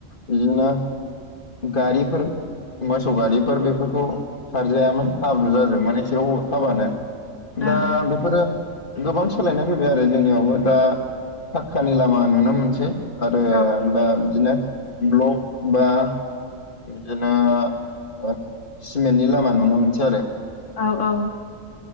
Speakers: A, on the left; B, on the left.
A: बिदिनो गारिफोर मोसौ गारिफोर बेफोरखौ खारजायामोन हाब्रु जाजोबमोन एसे अखा हाबानो।
B: ओं
A: दा बेफोरो गोबां सोलायनाय फैबाय आरो जोंनियावबो दा फक्कानि लामा नुनो मोनसै आरो
B: औ
A: दा बिदिनो ब्लक बा बिदिनो ओ सिमेन्टनि लामा नुनो मोनसै आरो।
B: औ औ